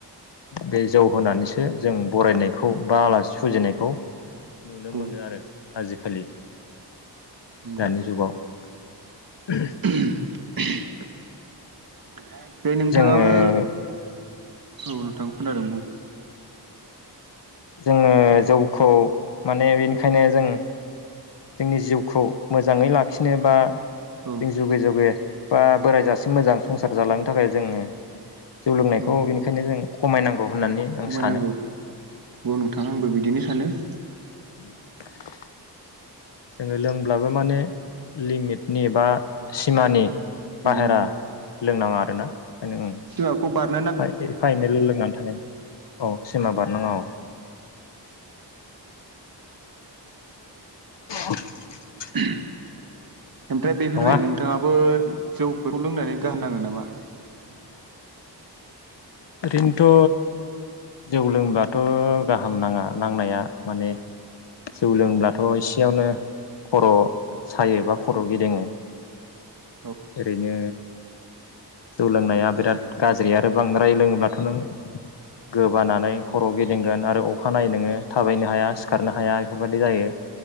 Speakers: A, on the left; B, on the right.
A: बे जौ होनानैसो जों बरायनायखौ बा आलासि फुजिनायखौ नुनो
B: औ
A: मोनो आरो आजिखालि।
B: नंगौ
A: दानि जुगाव <unintelligible>
B: <unintelligible> बे नोंथाङाबो
A: जोङो
B: औ नोंथांखौ खोनदों बुं।
A: जोङो जौखौ माने बेनिखायनो जों जोंनि जिउखौ मोजाङै लाखिनो बा
B: औ
A: जों जुगे जुगे बा बोराय जासिम मोजां संसार जालांनो थाखाय जोङो जौ लोंनायखौ
B: औ
A: बेनिखायनो जों खमायनांगौ होननानै आं
B: खमायनांगौ
A: सानो
B: औ नोंथां आंबो बिदिनो सानो
A: <inaudible> जोङो लोंब्लाबो माने लिमिटनि बा सिमानि
B: बेबायदिनो
A: बाहेरा लोंनाङा आरोना ओंखायनो
B: <unintelligible> बार
A: एफा एफा एनैल' लोंनानै थानाय औ सिमा बारनाङा औ <unintelligible>
B: <unintelligible> ओमफ्राय बेफोरबायदि
A: नङा
B: नोंथाङाबो जौफोरखौ लोंनानै गाहाम नांगोन नामा
A: ओरैनोथ' जौ लोंब्लाथ' गाहाम नाङा नांनाया माने जौ लोंब्लाथ' एसेयावनो खर' सायो बा खर' गिदिङो
B: औ
A: ओरैनो जौ लोंनाया बिराद गाज्रि आरो बांद्राय लोङोब्लाथ' नों गोबानानै खर' गिदिंगोन आरो अखानायनायै नोङो थाबायनो हाया सिखारनो हाया बेफोरबायदि जायो